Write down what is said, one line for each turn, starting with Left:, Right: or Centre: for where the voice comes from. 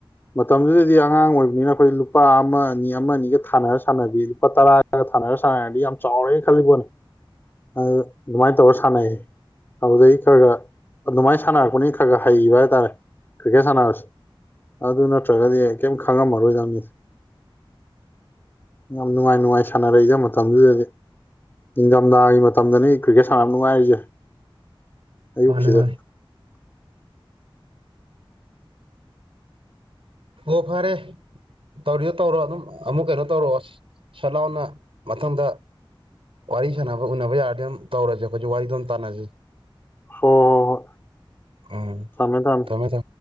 Left: ꯃꯇꯝꯗꯨꯗꯗꯤ ꯑꯉꯥꯡ ꯑꯣꯏꯕꯅꯤꯅ ꯑꯩꯈꯣꯏ ꯂꯨꯄꯥ ꯑꯃ ꯑꯅꯤ ꯑꯃ ꯑꯅꯤꯒ ꯊꯥꯅꯔ ꯁꯥꯟꯅꯕꯤ ꯂꯨꯄꯥ ꯇꯔꯥ ꯁꯥꯟꯅꯔ ꯁꯥꯟꯅꯔꯗꯤ ꯌꯥꯝ ꯆꯥꯎꯔꯦꯅ ꯈꯜꯂꯤꯕꯣꯅꯦ ꯑꯗꯨꯃꯥꯏꯅ ꯇꯧꯔ ꯁꯥꯟꯅꯩꯌꯦ ꯑꯗꯨꯩ ꯈꯔꯒ ꯑꯗꯨꯃꯥꯏꯅ ꯁꯥꯟꯅꯔꯛꯄꯅꯤ ꯈꯔ ꯈꯔ ꯍꯩꯕ ꯍꯥꯏꯇꯥꯔꯦ ꯀ꯭ꯔꯤꯀꯦꯠ ꯁꯥꯟꯅꯕꯁꯤ ꯑꯗꯨ ꯅꯠꯇ꯭ꯔꯒꯗꯤ ꯀꯩꯝ ꯈꯪꯉꯝꯃꯔꯣꯏꯗꯪꯅꯤ ꯌꯥꯝ ꯅꯨꯡꯉꯥꯏ ꯅꯨꯡꯉꯥꯏ ꯁꯥꯟꯅꯔꯛꯏꯗ ꯃꯇꯝꯗꯨꯗꯗꯤ ꯅꯤꯡꯊꯝꯊꯥꯒꯤ ꯃꯇꯝꯗꯅꯤ ꯀ꯭ꯔꯤꯀꯦꯠ ꯁꯥꯟꯅꯕ ꯅꯨꯡꯉꯥꯏꯔꯤꯁꯦ ꯑꯌꯨꯛꯁꯤꯗ
Right: ꯃꯥꯅꯦ ꯃꯥꯅꯦ ꯑꯣ ꯐꯔꯦ ꯇꯧꯔꯤꯗꯣ ꯇꯧꯔꯣ ꯑꯗꯨꯝ ꯑꯃꯨꯛ ꯀꯩꯅꯣ ꯇꯧꯔꯛꯑꯣ ꯁ ꯂꯥꯎꯅ ꯃꯊꯪꯗ ꯋꯥꯔꯤ ꯁꯥꯟꯅꯕ ꯎꯅꯕ ꯌꯥꯔꯗꯤ ꯑꯗꯨꯝ ꯇꯧꯔꯁꯦ ꯑꯩꯈꯣꯏ ꯋꯥꯔꯤꯗꯣ ꯑꯗꯨꯝ ꯇꯥꯟꯅꯁ
Left: ꯍꯣꯏ ꯍꯣꯏ ꯍꯣꯏ
Right: ꯎꯝ
Left: ꯊꯝꯃꯦ ꯊꯝꯃꯦ
Right: ꯇꯃꯦ ꯊ